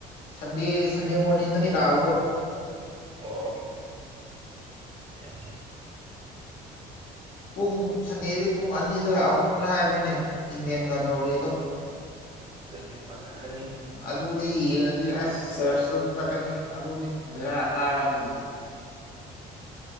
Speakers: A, on the left; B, on the right.
A: ꯁꯟꯗꯦ ꯁꯟꯗꯦ ꯃꯣꯔꯅꯤꯡꯗꯅꯦ ꯇꯥꯕꯗꯣ
B: ꯑꯣ ꯆ ꯆ
A: ꯄꯨꯡ ꯁꯟꯗꯦꯗꯤ ꯄꯨꯡ ꯑꯅꯤꯗꯨꯔ ꯑꯍꯨꯝꯗꯨꯔ ꯍꯥꯏꯕꯅꯤꯅꯦ ꯏꯪꯂꯦꯟꯒ ꯅꯣꯔꯋꯦꯗꯣ
B: ꯅꯤ ꯄ ꯍ
A: ꯑꯗꯨꯗꯤ ꯌꯦꯡꯉꯗꯤ ꯑꯁ ꯆꯔꯁꯇꯁꯨ ꯆꯠꯀꯅꯤ ꯑꯗꯨꯅꯤ ꯕꯦꯔꯥ ꯀꯥꯔ ꯀꯩꯁꯦ